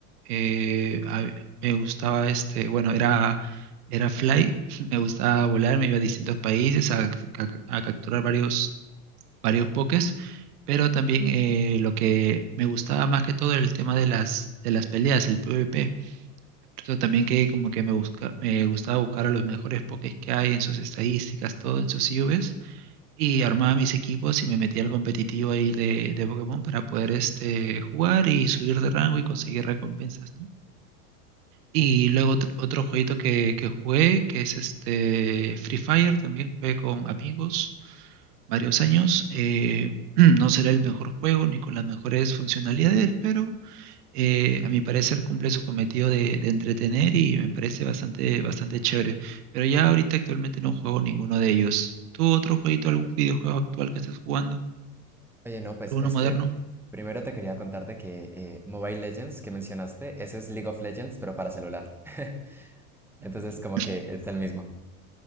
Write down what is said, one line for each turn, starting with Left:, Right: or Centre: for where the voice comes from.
Right: eh, a- me gustaba, este, bueno, era, era Fly, <laughs> me gustaba volar, me iba a distintos países a, ca- a capturar varios, varios Pokés, pero también eh, lo que me gustaba más que todo era el tema de las, de las peleas, el PvP. Por Eso también que como que me busca, me gustaba buscar a los mejores pokés que hay en sus estadísticas, todo en sus IVs, y armaba mis equipos y me metía al competitivo ahí de, de Pokémon para poder este, jugar y subir de rango y conseguir recompensas, ¿no? Y
Centre: Uf.
Right: luego otro, otro jueguito que, que jugué, que es este Free Fire, también jugué con amigos varios años. eh, <clears throat> no será el mejor juego ni con las mejores funcionalidades, pero eh, a mi parecer cumple su cometido de, de entretener y me parece bastante, bastante chévere. Pero ya ahorita actualmente no juego ninguno de ellos. ¿Tú otro jueguito, algún videojuego actual que estés jugando?
Centre: Oye, no, pues
Right: ¿Alguno
Centre: es
Right: moderno?
Centre: que primero te quería contar de que eh, Mobile Legends que mencionaste, ese es League of Legends, pero para celular. <laughs> Entonces,
Right: Ujú.
Centre: como que es el mismo.